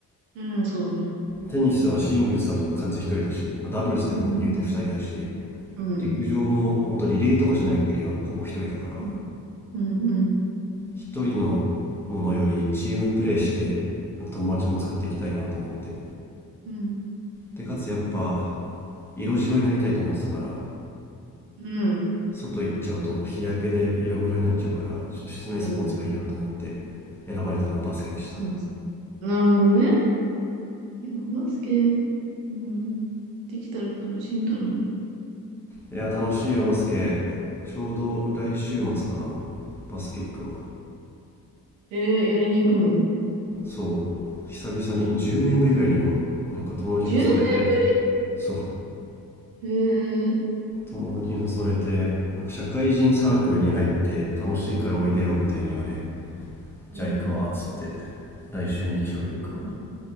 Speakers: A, on the right; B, in the centre.
A: うん、そうね。
B: テニスはシングルスだと完全一人だし、まあ、ダブルスでも言うて二人だし、
A: うん、うん、
B: 陸上も本当リレーとかじゃない限りはほぼ一人だから
A: うん、うん、うん、うん、
B: 一人のものよりチームプレーしてなんか友達も作っていきたいなと思って
A: うん、
B: でかつやっぱ色白になりたいと思ってたから
A: うん、うん、
B: 外行っちゃうと日焼けで色黒になっちゃうからちょっと室内スポーツがいいなと思って選ばれたのはバスケでした
A: うんうんそうですね。なるほどね。いや、バスケ、うん、できたら楽しいんだろうな。
B: いや楽しいよバスケちょうど来週末かなバスケ行くわ
A: えー、やりに行くの
B: そう久々に10年ぶりぐらいに行くわなんか友達に誘われて
A: いいの ?10 年ぶ
B: そう
A: りえー、
B: 友達に誘われてなんか社会人サークルに入って楽しいからおいでよみたいに言われ
A: うん、うん。
B: じゃあ行くわっつって来週日曜日行くわ
A: えー、いいの